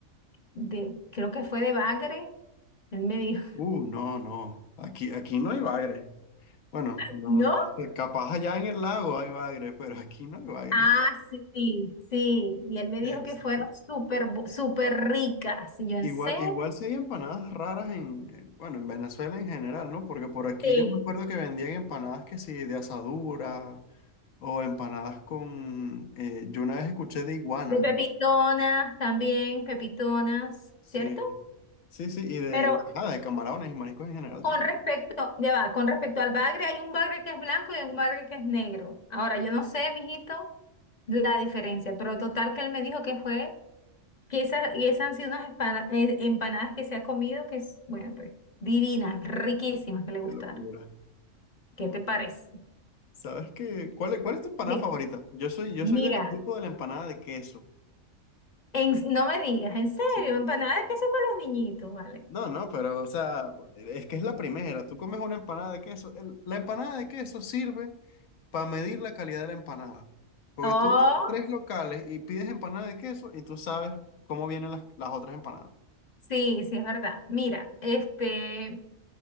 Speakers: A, on the left; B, on the left.
A: de, creo que fue de bagre, él me dijo,
B: Uh, no, no, aquí, aquí no hay bagre. Bueno,
A: <laughs>
B: no,
A: ¿no?
B: no sé, capaz allá en el lago hay bagre, pero aquí no hay bagre.
A: Ah, sí, sí. Y él me dijo
B: Es,
A: que fueron súper, bu- súper ricas. Y yo, ¿en
B: igual,
A: serio?
B: igual sí hay empanadas raras en, en- bueno, en Venezuela en general, ¿no? Porque por aquí
A: Sí.
B: yo me acuerdo que vendían empanadas que sí, de asadura o empanadas con, eh, yo una vez escuché de iguana,
A: De pepitonas también, pepitonas,
B: sí,
A: ¿cierto?
B: sí, sí, y de,
A: Pero
B: ajá, de camarones y mariscos en general
A: con
B: también.
A: respecto, ya va, con respecto al bagre, hay un bagre que es blanco y hay un bagre que es negro. Ahora, yo no sé, mijito, la diferencia, pero total que él me dijo que fue, que esa, y esas han sido unas empana- eh, empanadas que se ha comido, que es, bueno, pues, divinas, riquísimas, que le gustaron.
B: Qué locura,
A: ¿Qué
B: ¿no?
A: te parece?
B: ¿Sabes qué? ¿Cuál, es- cuál es tu empanada
A: Sí.
B: favorita? Yo soy, yo
A: Mira,
B: soy del equipo de la empanada de queso.
A: en- no me digas, en serio,
B: Sí,
A: empanadas que hacen para los niñitos, ¿vale?
B: No, no, pero, o sea, es que es la primera. Tú comes una empanada de queso. el- la empanada de queso sirve para medir la calidad de la empanada. Porque
A: Oh,
B: tú vas a tres locales y pides empanada de queso y tú sabes cómo vienen las, las otras empanadas.
A: sí, sí, es verdad. Mira, este,